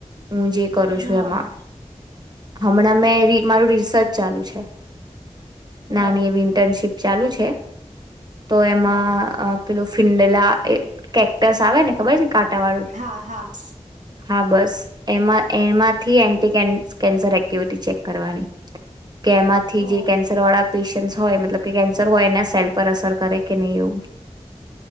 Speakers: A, on the right (about 35°); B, on the right (about 80°).
A: હું જે કરું
B: હા
A: છું, એમાં હમણાં મેં મારું રિસર્ચ ચાલુ છે,
B: ઓહ
A: નાની એ ઇન્ટર્નશીપ ચાલુ છે, તો એમાં
B: હા
A: પેલું ફિંડલા એ કેક્ટસ આવે ને ખબર ને કાંટા વાળું
B: હા હા
A: હા બસ એમાં એમાંથી એન્ટિક <unintelligible> કેન્સર એક્ટિવિટી ચેક કરવાની. કેમાંથી
B: ઓહ
A: જે કેન્સર વાળા <unintelligible> હોય મતલબ કેન્સર હોય એના સેલ પર અસર કરે કે નહીં એવું
B: <unintelligible> <inaudible>